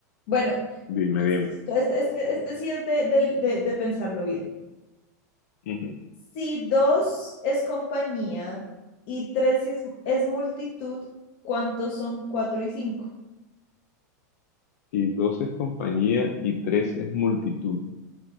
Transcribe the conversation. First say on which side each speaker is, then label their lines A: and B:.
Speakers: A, on the left (about 40°); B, on the left (about 60°).
A: Bueno,
B: dime, dime.
A: este, este, este sí es de, del- de- de pensarlo bien.
B: Ujú.
A: Si dos es compañía y tres es, es multitud, ¿cuántos son cuatro y cinco?
B: Si dos es compañía y tres es multitud,